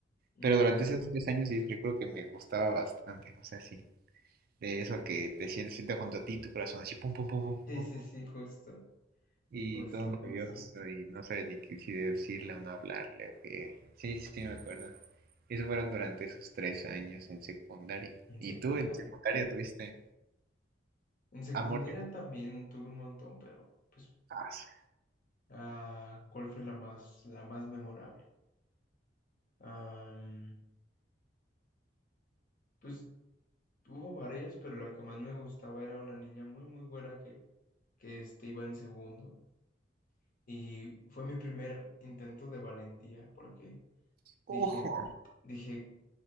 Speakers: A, on the left; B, on the right.
A: no.
B: Pero durante esos tres años sí recuerdo que me gustaba bastante. O sea, sí. de eso que te sientes, sientes junto a ti, tu corazón así, pum, pum, pum, pum,
A: Sí,
B: pum,
A: sí,
B: pum,
A: sí, justo,
B: y
A: justo,
B: todo nervioso
A: justo.
B: y no sabes ni qué- si decirle o no hablarle. o qué. Sí, sí, sí, me acuerdo. Eso fueron durante esos tres años en secundaria.
A: En
B: ¿Y
A: secundaria.
B: tú en secundaria tuviste
A: En secundaria
B: amores?
A: también tuve un montón, pero pues,
B: Ah, su-
A: ah, ¿cuál fue la más, la más memorable? Am, pues hubo varias, pero la que más me gustaba era una niña muy, muy güera que, que este, iba en segundo. Y fue mi primer intento de valentía, porque dije,
B: ¡Ojo!
A: dije,